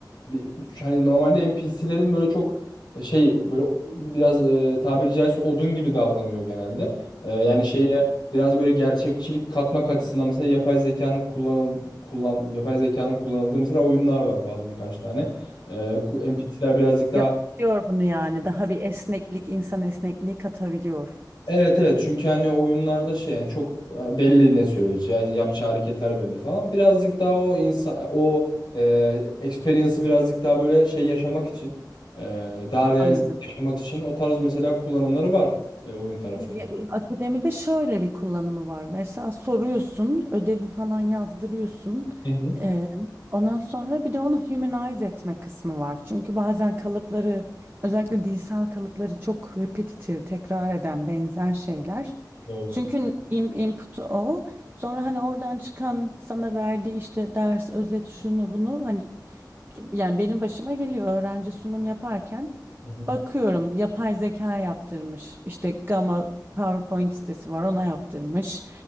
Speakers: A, on the left; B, on the right.
A: bir, hani normalde NPC'lerin böyle çok e, şey böyle biraz e, tabiri caizse odun gibi davranıyor genelde. E, yani şeye biraz böyle gerçekçilik katmak açısından mesela yapay zekanın kullanıl kullan yapay zekanın kullanıldığı mesela oyunlar var bazı birkaç tane. E, ku- NPC'ler birazcık daha
B: Yapıyor bunu yani. Daha bir esneklik, insan esnekliği katabiliyor.
A: Evet evet çünkü hani oyunlarda şey yani çok e, belli ne söyleyeceği işte yapacağı hareketler belli falan. Birazcık daha o insan o e, experience'ı birazcık daha böyle şey yaşamak için e, daha realist
B: Anladım.
A: yaşamak için o tarz mesela kullanımları var e, oyun tarafında.
B: Ya, e, Akademide şöyle bir kullanımı var. Mesela soruyorsun, ödevi falan yazdırıyorsun.
A: Hı hı,
B: Ee, ondan sonra bir de onu humanize etme kısmı var. Çünkü bazen kalıpları, özellikle dilsel kalıpları çok repetitif, tekrar eden benzer şeyler.
A: doğru.
B: Çünkü in- input'u o. Sonra hani oradan çıkan sana verdiği işte ders, özet, şunu bunu hani yani benim başıma geliyor öğrenci sunum yaparken
A: Hı hı.
B: bakıyorum yapay zeka yaptırmış. İşte Gamma PowerPoint sitesi var ona yaptırmış.